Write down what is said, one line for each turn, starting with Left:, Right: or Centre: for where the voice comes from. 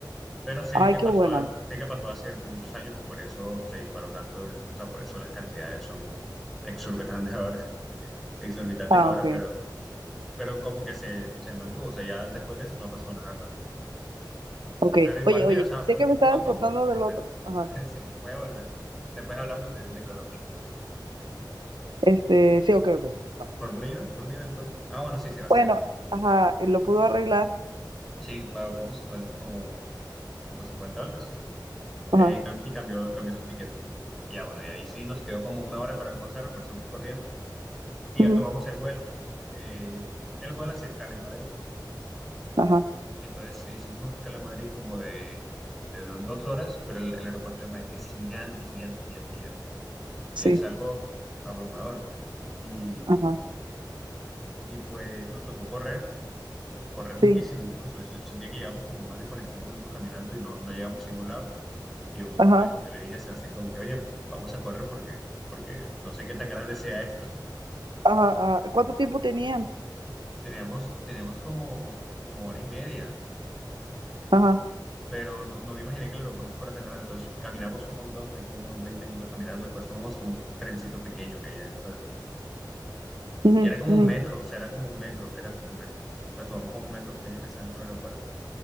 Centre: Pero sé
Right: Ay,
Centre: que
Right: qué
Centre: pasó,
Right: bueno.
Centre: an- sé que pasó hace muchos años y por eso se disparó tanto, el- o sea, por eso las cantidades son exorbitantes ahora, <laughs> exorbitantes
Right: Ah,
Centre: ahora,
Right: ok,
Centre: pero, pero como que se, se mantuvo, o sea, ya después de eso no ha pasado nada raro.
Right: ok.
Centre: Pero igual,
Right: Oye,
Centre: mira,
Right: oye,
Centre: o sea,
Right: sé
Centre: po-
Right: que me
Centre: poco
Right: estabas
Centre: a poco
Right: contando del
Centre: está...
Right: otro. Ajá.
Centre: <laughs> Sí, voy a volver. Después hablamos de, de economía.
Right: Este, sí, ok, ok. va.
Centre: ¿Por dónde iba? ¿Por dónde iba el cuento? Ah, bueno, sí, Sebastián.
Right: Bueno, ajá, lo pudo arreglar.
Centre: Sí, pagó como cincuenta como, como 50 dólares. Eh,
Right: Ajá,
Centre: cam- y cambió, cambió su ticket. Y Ya, bueno, y ahí sí nos quedó como una hora para almorzar, almorzamos corriendo y
Right: ujú,
Centre: ya tomamos el vuelo. Eh, el vuelo hacía escala en Madrid.
Right: ajá,
Centre: Entonces hicimos una escala en Madrid como de, de do- dos horas, pero el, el aeropuerto de Madrid es gigante, gigante, gigante, gigante. Es
Right: sí,
Centre: algo abrumador. Y,
Right: ajá,
Centre: y pues nos tocó correr, correr muchísimo,
Right: sí,
Centre: incluso yo sentía que llevamos como más de 45 minutos caminando y no, no llegamos a ningún lado. Y llegó un punto
Right: ajá,
Centre: en el que yo le dije a Sebastián como que, oye, vamos a correr porque, porque no sé qué tan grande sea esto. <laughs>
Right: ajá, ajá. ¿Cuánto tiempo tenían?
Centre: Teníamos, teníamos como, como hora y media,
Right: Ajá,
Centre: pero no, no me imaginé que el aeropuerto fuera tan grande. Entonces caminamos un montón, ahí como unos 20 minutos caminando, después tomamos como que un trencito pequeño que había dentro
Right: ujú,
Centre: Y era como
Right: ujú,
Centre: un metro, o sea, era como un metro, era como un metro. O sea, somos como un metro pequeño que está dentro del aeropuerto